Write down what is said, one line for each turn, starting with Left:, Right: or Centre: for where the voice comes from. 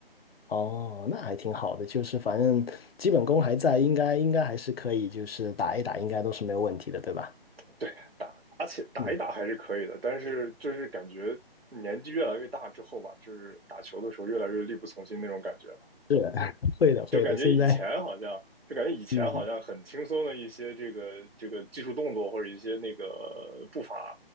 Left: 哦，那还挺好的，就是反正基本功还在，应该应该还是可以，就是打一打，应该都是没有问题的，对吧？
Right: 对，打，而且打一打还是可以的，
Left: 嗯，
Right: 但是就是感觉年纪越来越大之后吧，就是打球的时候越来越力不从心那种感觉了，
Left: 是，<laughs> 会的会的，
Right: 就感觉以前好像，
Left: 现在
Right: 就感觉以前好像很轻松的一些这个这个技术动作或者一些那个步伐，
Left: 嗯。